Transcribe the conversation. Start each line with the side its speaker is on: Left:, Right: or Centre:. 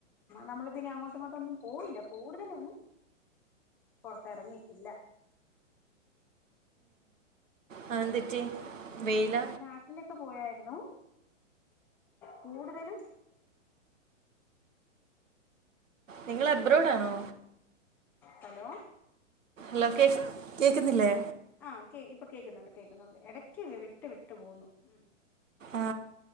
Centre: നമ്മള് പിന്നെ അങ്ങോട്ടും ഇങ്ങോട്ടൊന്നും പോയില്ല കൂടുതലൊന്നും പുറത്ത് ഇറങ്ങിട്ടില്ല
Right: ആ എന്തെറ്റി വെയില
Centre: നാട്ടിലൊക്കെ പോയായിരുന്നു കൂടുതലും
Right: നിങ്ങള് അബ്രോഡാണോ
Centre: ഹലോ
Right: ഹലോ കേക്ക് കേക്കുന്നില്ലേ
Centre: ആ കേ ഇപ്പൊ കേൾക്കുന്നുണ്ട് കേൾക്കുന്നുണ്ട് ഇട ക്ക് കേറിയിട്ട് വിട്ടു പോകുന്നു ഉം
Right: ആ